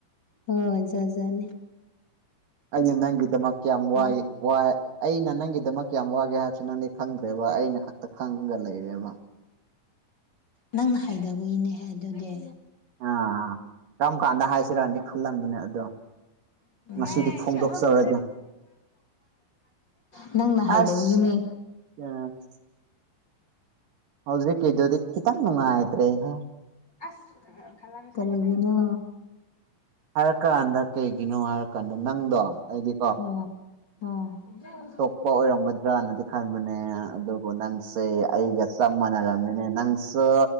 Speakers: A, on the left; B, on the right.
A: ꯍꯣꯏ ꯖꯥꯠ ꯖꯥꯠꯅꯤ
B: ꯑꯩꯅ ꯅꯪꯒꯤꯗꯃꯛ ꯀꯌꯥꯝ ꯋꯥꯏ
A: ꯍꯥꯎ
B: ꯋꯥ ꯑꯩꯅ ꯅꯪꯒꯤꯗꯃꯛ ꯀꯌꯥꯝ ꯋꯥꯒꯦ ꯍꯥꯏꯔꯁꯨ ꯅꯪꯗꯤ ꯈꯪꯗ꯭ꯔꯦꯕ ꯑꯩꯅ ꯈꯛꯇ ꯈꯪꯉꯒ ꯂꯩꯔꯦꯕ
A: ꯅꯪꯅ ꯍꯥꯏꯗꯕꯒꯤꯅꯦꯍꯦ ꯑꯗꯨꯗꯤ
B: ꯑꯥ ꯀꯔꯝ ꯀꯥꯟꯗ ꯍꯥꯏꯁꯤꯔꯗꯤ ꯈꯜꯂꯝꯕꯅꯦ ꯑꯗꯣ
A: <unintelligible> ꯎꯝ
B: ꯉꯁꯤꯗꯤ ꯐꯣꯡꯗꯣꯛꯆꯔꯒꯦ
A: ꯅꯪꯅ
B: ꯑꯁ
A: ꯍꯥꯏꯗꯕꯒꯤꯅꯦ
B: <unintelligible> ꯍꯧꯖꯤꯛꯀꯤꯗꯗꯤ ꯈꯤꯇꯪ ꯅꯨꯡꯉꯥꯏꯇꯔ‌ꯦꯍ‌ꯦ
A: ꯑꯁ ꯀꯔꯤꯒꯤꯅꯣ
B: ꯍꯥꯏꯔ ꯀꯥꯟꯗ ꯀꯩꯒꯤꯅꯣ ꯍꯥꯏꯔꯀꯥꯟꯗ ꯅꯪꯗꯣ ꯑꯩꯗꯤ
A: <unintelligible> ꯑ
B: ꯇꯣꯛꯄ ꯑꯣꯏꯔꯝꯒꯗ꯭ꯔꯅꯗꯤ ꯈꯟꯕꯅꯦ ꯑꯗꯨꯕꯨ ꯅꯪꯁꯦ ꯑꯩꯒ ꯆꯞ ꯃꯥꯟꯅꯔꯝꯒꯅꯤ ꯅꯪꯁꯨ